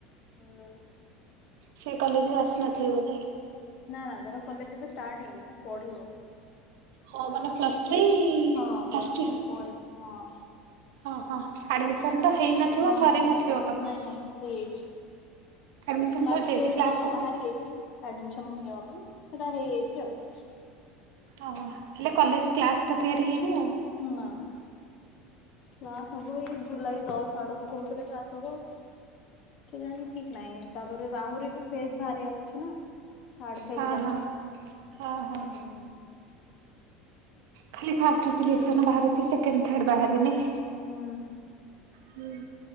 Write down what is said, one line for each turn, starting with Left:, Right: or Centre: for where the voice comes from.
Left: ହଁ।
Right: ସେ କଲେଜରୁୁ ଆସିନଥିଲେ ବୋଧେ?
Left: ନା ତାର କଲେଜ ଏବେ ଷ୍ଟାର୍ଟ ହେଇନି ସେ ପଢିବ।
Right: ହଁ ମାନେ ପ୍ଲସ୍ ଥ୍ରୀ
Left: ହଁ ପ୍ଲସ୍
Right: ଫାଷ୍ଟ
Left: ଥ୍ରୀ
Right: ଇୟର?
Left: ପଢିବ ହଁ।
Right: ଓହୋ ଆଡମିସନ ତ ହେଇନଥିବ
Left: ହଁ
Right: ସରିନଥିବ
Left: ହଁ
Right: କାମ?
Left: ନାଇଁ ନାଇଁ ହେଇଯାଇଛି।
Right: ଆଡମିସନ
Left: ଫାଷ୍ଟ
Right: ସରିଯାଇଛି
Left: ଫେଜ୍
Right: କ୍ଲାସ
Left: ର ବାହାରି
Right: ହେଇନି?
Left: ଯାଇଛି ଆଡମିସନ ପାଇଁ ସେଟା ହେଇଯାଇଛି ଆଉ।
Right: ଅହ ହେଲେ କଲେଜ କ୍ଲାସ୍ ତ ତିଆରି ହେଇନି ଆଉ।
Left: ନା ନା। କ୍ଲାସ ହବ ଏଇ ଜୁଲାଇ ଦଶ ଆଡକୁ କହୁଥିଲେ କ୍ଲାସ ହବ। କେଜାଣି ଠିକ ନାଇଁ ତାପରେ ଆହୁରି ବି ଫେଜ ବାହାରିବାର ଅଛି ନା। ଥାର୍ଡ ଫେଜ
Right: ହଁ
Left: ଯାକେ
Right: ହଁ ହଁ ହଁ
Left: ହୁଁ।
Right: ଖାଲି ଫାଷ୍ଟ ସିଲେକ୍ସନ ବାହାରିଛି ସେକେଣ୍ଡ ଥାର୍ଡ ବାହାରିନି।
Left: ହୁଁ।
Right: ହୁଁ।